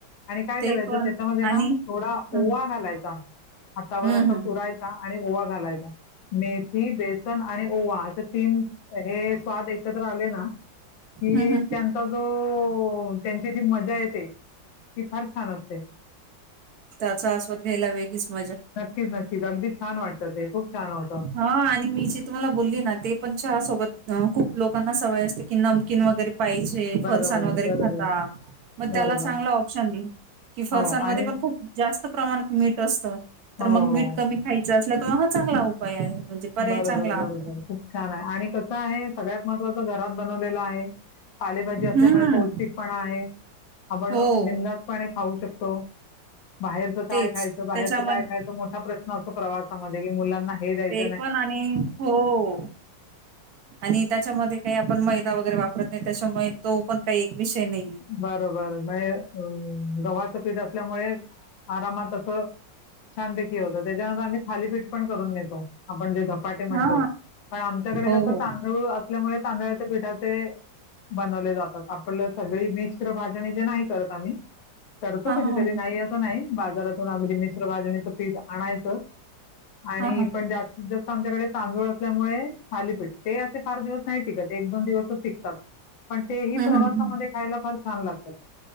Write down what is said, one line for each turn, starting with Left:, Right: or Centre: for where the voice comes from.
Left: आणि काय
Right: ते
Left: करायचं
Right: पण
Left: त्यामध्ये ना
Right: आणि
Left: थोडा
Right: हम्म
Left: ओवा घालायचा हातावर
Right: हम्म
Left: असा
Right: हम्म
Left: पुरायचा आणि ओवा घालायचा मेथी बेसन आणि ओवा असे तीन हे स्वाद एकत्र आले ना कि
Right: हम्म
Left: त्यांचा जो त्यांची जी मजा आहे कि फार छान असते
Right: त्याचा आस्वाद घ्यायला वेगळीच मजा
Left: नक्कीच नक्कीच अगदी छान वाटतात ते खूप छान होतं.
Right: हा आणि मी जी तुम्हाला बोलली ना ते पण सोबत खूप लोक लोकांना सवय असते की नमकीन वगैरे पाहिजे
Left: बरोबर,
Right: फरसाण वगैरे
Left: बरोबर,
Right: खाता मग त्याला
Left: बरोबर.
Right: चांगला ऑप्शन देईल कि फरसणमध्ये
Left: हो आणि
Right: पण खूप जास्त प्रमाणात मीठ असतं तर
Left: हो.
Right: मग मीठ कमी खायचं असल्या त्हा हा चांगला उपाय आहे म्हणजे पर्याय
Left: बरोबर
Right: चांगला आहे
Left: बरोबर खूप छान आहे आणि कसं आहे सगळ्यात महत्वाच घरात बनवलेलं आहे पालेभाजी असल्यामुळे
Right: हम्म
Left: पौष्टिकपणा आहे आपण
Right: हो
Left: बिंदातपणे खाऊ शकतो बाहेरच काय
Right: तेच
Left: खायचं बाहेरच
Right: त्याच्यामध्ये
Left: काय खायचं मोठा प्रश्न अस प्रवासामध्ये की मुलांना हे दयचं
Right: ते पण आणि हो आणि त्याच्यामध्ये काही पण मैदा वगैरे वापरत नाही त्याच्यामुळे तो पण काही विषय नाही
Left: बरोबर नाही अ गव्हाचं पीठ असल्यामुळे आरामात अस छानपैकी होत त्याच्यानंतर आम्ही ालीपीठ पण करून नेतो आपण जे म्हणत
Right: हा
Left: प आमच्याकडे
Right: हो
Left: कस
Right: हो
Left: तांदूळ असल्यामुळे तांदळाच्या पठाचे जात आप सगळी मिश्र भाजणी जे नाही करत आम् करतो
Right: हा
Left: कधीतरी
Right: हा
Left: नाही असं नाही बाजारातून अगदी मिश्रभजणीचं पीठ आणायचं आणि
Right: हां, हां, हां.
Left: पण जास्तीत जास्त आमच्याकडे तांदूळ असल्यामुळे खालीपीठ ते असे ार दिवस नाहीत एक दोन दिवसचिकतात पण ते
Right: हं,
Left: प्रवासा
Right: हं, हं.
Left: फार छान लागतात